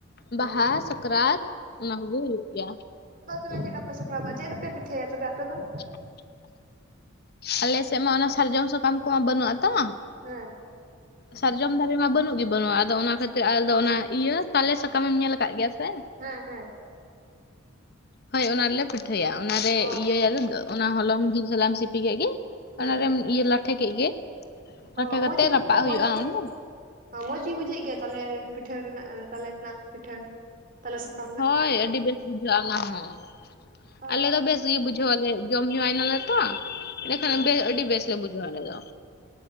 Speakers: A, on the right (about 40°); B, on the left (about 45°).
A: ᱦᱮᱸ
B: ᱵᱟᱦᱟ ᱥᱟᱠᱨᱟᱛ, ᱚᱱᱟ ᱠᱚᱜᱮ ᱦᱩᱭᱩᱜ ᱜᱮᱭᱟ᱾
A: ᱪᱮᱫ ᱞᱮᱠᱟ ᱯᱮ ᱥᱟᱠᱨᱟᱛᱟᱜ -ᱟ ᱪᱮᱫ ᱨᱮᱯᱮ ᱯᱤᱴᱷᱟᱹᱭᱟ ᱛᱚᱵᱮ ᱟᱯᱮ ᱫᱚ?
B: <inaudible> ᱟᱞᱮ ᱥᱮᱫ ᱢᱟ ᱚᱱᱟ ᱥᱟᱨᱡᱚᱢ ᱥᱟᱠᱟᱢ ᱠᱚᱦᱚ ᱵᱟᱹᱱᱩᱜᱼᱟ ᱛᱚ,
A: ᱦᱮᱸ,
B: ᱥᱟᱨᱡᱚᱢ ᱫᱟᱨᱮ ᱢᱟ ᱵᱟᱹᱱᱩᱜ ᱜᱮ ᱵᱟᱹᱱᱩᱜᱼᱟ ᱟᱫᱚ ᱚᱱᱟ ᱠᱷᱟᱹᱛᱤᱨ ᱟᱞᱮ ᱫᱚ ᱚᱱᱟ ᱤᱭᱟᱹ ᱛᱟᱞᱮ ᱥᱟᱠᱟᱢᱮᱢ ᱧᱮᱞ ᱟᱠᱟᱫ ᱜᱮᱭᱟ ᱥᱮ?
A: ᱦᱮᱸ ᱦᱮᱸ᱾
B: ᱦᱳᱭ ᱚᱱᱟ ᱨᱮᱞᱮ ᱯᱤᱴᱷᱟᱹᱭᱟ ᱚᱱᱟᱨᱮ
A: ᱚ
B: ᱤᱭᱟᱹᱭᱟᱞᱮ ᱚᱱᱟ ᱦᱚᱞᱚᱝ ᱡᱤᱞ ᱥᱟᱞᱟᱜ ᱮᱢ ᱥᱤᱯᱤ ᱠᱮᱫ ᱜᱮ᱾
A: ᱦᱮᱸ
B: ᱚᱱᱟᱨᱮᱢ ᱤᱭᱟᱹ ᱞᱟᱴᱷᱮ ᱠᱮᱫ ᱜᱮ ᱞᱟᱴᱷᱮ
A: ᱚ
B: ᱠᱟᱛᱮᱜ
A: ᱢᱚᱡᱽ ᱜᱮ
B: ᱨᱟᱯᱟᱜ ᱦᱩᱭᱩᱜᱼᱟ
A: ᱢᱚᱡᱽ ᱜᱮ,
B: ᱚᱱᱟ
A: ᱚ ᱢᱚᱸᱡᱽ ᱜᱮ ᱵᱩᱡᱷᱟᱹᱜ ᱜᱮᱭᱟ ᱛᱟᱞᱮ ᱯᱤᱴᱷᱟᱹ ᱨᱮᱱᱟᱜ ᱛᱟᱞᱮ ᱨᱮᱱᱟᱜ ᱯᱤᱴᱷᱟᱹ? ᱛᱟᱞᱮ ᱥᱟᱠᱟᱢ ᱨᱮᱱᱟᱜ
B: ᱦᱳᱭ ᱟᱹᱰᱤ ᱵᱮᱥ ᱵᱩᱡᱷᱟᱹᱜ ᱟ ᱚᱱᱟ ᱦᱚᱸ
A: ᱚ
B: ᱟᱞᱮ ᱫᱚ ᱵᱮᱥ ᱜᱮ ᱵᱩᱡᱷᱟᱹᱣ ᱟᱞᱮ᱾ ᱡᱚᱢ ᱦᱮᱣᱟᱭ ᱱᱟᱞᱮ ᱛᱚ ᱮᱸᱰᱮᱠᱷᱟᱱ
A: ᱦᱮᱸ
B: ᱟᱹᱰᱤ ᱵᱮᱥ ᱞᱮ ᱵᱩᱡᱷᱟᱹᱣ ᱟᱞᱮ ᱫᱚ᱾